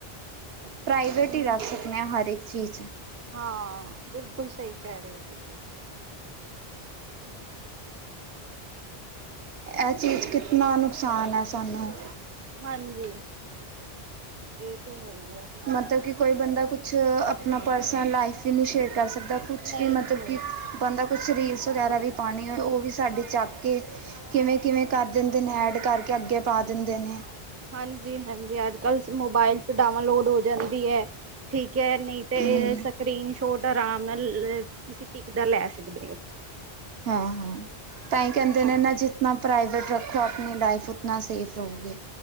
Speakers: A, on the right; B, on the right.
A: <inaudible>
B: ਪ੍ਰਾਈਵੇਟੀ
A: ਹਮ
B: ਰਾੱਖ ਸਕਨੇ ਆਂ ਹਰੇਕ ਚੀਜ
A: ਹਾਂ, ਬਿਲਕੁਲ ਸਈ ਕੈ ਰਏ ਓ ਤੁਸੀ।
B: ਐ ਚੀਜ ਕਿਤਨਾ ਨੁਕਸਾਨ ਐ ਸਾਨੂੰ
A: ਹਾਂਜੀ, ਏ ਤੇ ਹੈ ਈ ਏ
B: ਮਤਬ ਕਿ ਕੋਈ ਬੰਦਾ ਕੁੱਛ, ਅਪਨਾ ਪਰਸਨ ਲਾਈਫ ਈ ਨੀ ਸ਼ੇਰ ਕਰ ਸਕਦਾਂ ਕੁੱਛ
A: ਨਹੀਂ
B: ਵੀ ਮਤਲਬ
A: ਜੀ ਨਹੀਂ
B: ਕਿ, ਬੰਦਾ ਕੁਛ ਰੀਲਸ ਵਗੈਰਾ ਵੀ ਪਾਨੀ ਹੋਏ ਓ ਵੀ ਸਾਡੀ
A: ਹਾਂ
B: ਚੱਕ ਕੇ ਕਿਵੇਂ-ਕਿਵੇਂ ਕਾਰ ਦਿੰਦੇ ਨੇ ਐੜ ਕਰਕੇ ਅੱਗੇ ਪਾ ਦਿੰਦੇ ਨੇ
A: ਹਾਂਜੀ-ਹਾਂਜੀ, ਅੱਜ-ਕੱਲ ਸ ਮੋਬਾਇਲ 'ਚ ਡਾਵਾਂਲੋਡ ਹੋ ਜਾਂਦੀ ਐ ਠੀਕ‌ ਐ ਨਈ ਤੇ
B: ਹੂੰ
A: ਸਕਰੀਨ ਸ਼ੋਟ ਆਰਾਮ ਨਾਲ ਕਿਸੇ ਪਿਕ ਦਾ ਲੈ ਸਕਦੇ ਓ।
B: ਹਾਂ- ਹਾਂ। ਤਾਂਈਂ ਕੈਂਦੇ
A: ਹੋ
B: ਨੇ ਨਾ ਜਿਤਨਾ ਪ੍ਰਾਈਵੇਟ ਰੱਖੋ ਆਪਣੀ ਲਾਈਫ ਉਤਨਾ ਸੇਫ ਰ‌ਓਗੇ।